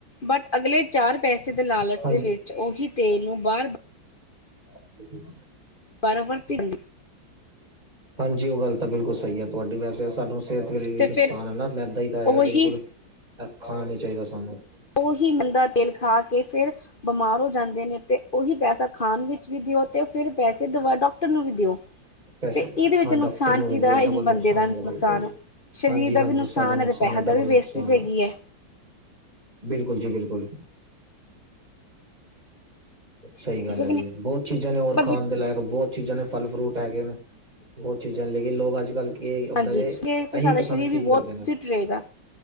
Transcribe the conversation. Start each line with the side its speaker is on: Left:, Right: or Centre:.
Left: ਬਟ ਅਗਲੇ ਚਾਰ ਪੈਸੇ ਦੇ ਲਾਲਚ
Right: ਹਾਂਜੀ
Left: ਦੇ ਵਿੱਚ ਉਹੀ ਤੇਲ ਨੂੰ ਬਾਰ
Right: <unintelligible>
Left: ਬਾਰ <unintelligible>
Right: ਹਾਂਜੀ ਉਹ ਗੱਲ ਤਾਂ ਬਿਲਕੁਲ ਸਹੀ ਹੈ ਤੁਹਾਡੀ ਵੈਸ ਇਹ ਸਾਨੂੰ ਸਿਹਤ ਦੇ ਲਈ ਵੀ
Left: ਤੇ
Right: ਨੁਕਸਾਨ
Left: ਫਿਰ
Right: ਹੈ ਨਾ ਮੈਦਾ ਹੀ ਤਾਂ ਹੈਗਾ
Left: ਉਹੀ
Right: ਬਿਲਕੁਲ ਇਹ ਖਾਣਾ ਨੀ ਚਾਹੀਦਾ ਸਾਨੂੰ।
Left: ਉਹੀ ਗੰਦਾ ਤੇਲ ਖਾ ਕੇ ਫੇਰ ਬੀਮਾਰ ਹੋ ਜਾਂਦੇ ਨੇ ਤੇ ਉਹੀ ਪੈਸਾ ਖਾਣ ਵਿੱ ਚ ਵੀ ਦਿਓ ਤੇ ਫਿਰ ਪੈਸੇ ਦਵਾ ਡਾਕਟਰ ਨੂੰ ਵੀ ਦਿਓ।
Right: ਪੈਸੇ
Left: ਤੇ ਇਹਦੇ ਵਿੱਚ
Right: ਹਾਂ ਡਾਕਟਰ
Left: ਨੁਕਸਾਨ
Right: ਨੂੰ ਵੀ
Left: ਕਿਦਾ ਹੈ ਇਹੀ
Right: ਡਬਲ
Left: ਬੰਦੇ ਦਾ
Right: ਹੈਗਾ
Left: ਨੁਕਸਾਨ
Right: ਬਿਲਕੁਲ
Left: ਹੈ। ਸ਼ਰੀਰ
Right: ਹਾਂਜੀ
Left: ਦਾ
Right: ਹਾਂਜੀ
Left: ਵੀ ਨੁਕਸਾਨ
Right: ਸਾਡਾ
Left: ਹੈ ਤੇ ਪੈਸੇ
Right: ਡਬਲ
Left: ਦਾ ਵੀ
Right: ਨੁਕਸਾਨ
Left: ਵੇਸਟੇਜ ਹੈਗੀ ਹੈ।
Right: ਬਿਲਕੁਲ ਜੀ ਬਿਲਕੁਲ। ਸਹੀ
Left: ਠੀਕ
Right: ਗੱਲ ਹੈ
Left: ਕਿ
Right: ਜੀ
Left: ਨਹੀਂ
Right: ਬੋਹਤ ਚੀਜ਼ਾਂ ਨੇ ਹੋਰ
Left: ਪਰ
Right: ਖਾਣ
Left: ਜੇ
Right: ਦੇ ਲਾਇਕ ਬੋਹਤ ਚੀਜ਼ਾਂ ਨੇ ਫਲ-ਫਰੂਟ ਹੈਗੇ ਨੇ। ਬੋਹਤ ਚੀਜ਼ਾਂ ਨੇ ਲੇਕਿਨ ਲੋਕ ਅੱਜ-ਕੱਲ੍ਹ ਕੀ ਹੁੰਦਾ
Left: ਹਾਂਜੀ
Right: ਜੇ,
Left: ਇਹ ਤੇ
Right: ਇਹੀ
Left: ਸਾਡਾ
Right: ਪਸੰਦ
Left: ਸਰੀਰ
Right: ਚੀਜ਼
Left: ਵੀ ਬਹੁਤ
Right: ਕਰਦੇ ਨੇ।
Left: ਫਿਟ ਰਹੇਗਾ